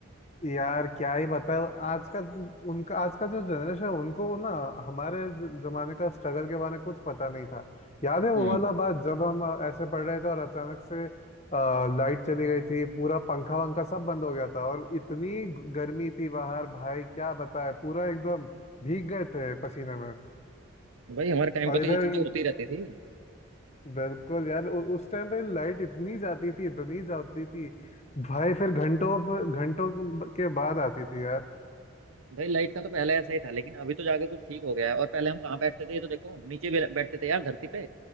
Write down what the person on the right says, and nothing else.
हम्म
भाई हमारे टाइम
पर
तो ये चीजें होती रहती थी
भाई लाइट का तो पहले ऐसा ही था लेकिन अभी तो जाके कुछ ठीक हो गया है और पहले हम कहाँ बैठते थे ये तो देखो नीचे भी बैठते थे यार धरती पे